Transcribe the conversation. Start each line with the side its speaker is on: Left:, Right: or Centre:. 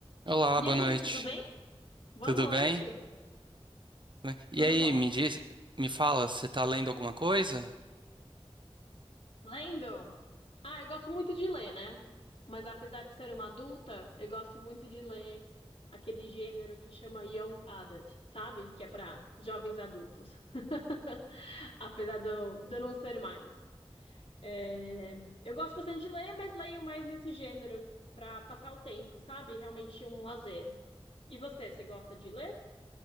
Right: Olá,
Left: E
Right: boa
Left: aí,
Right: noite.
Left: tudo bem? Boa
Right: Tudo
Left: noite.
Right: bem? Tudo bem?
Left: Tudo
Right: E aí,
Left: bom?
Right: me diz, me fala, você tá lendo alguma coisa?
Left: Lendo? Ah, eu gosto muito de ler, né? Mas apesar de ser uma adulta, eu gosto muito de ler aquele gênero que chama Young Adult, sabe? Que é para jovens adultos. <laughs> Apesar de eu, de eu não ser mais. É, Eu gosto bastante de ler, mas leio mais nesse gênero para passar o tempo, sabe? Realmente um lazer. E você, você gosta de ler?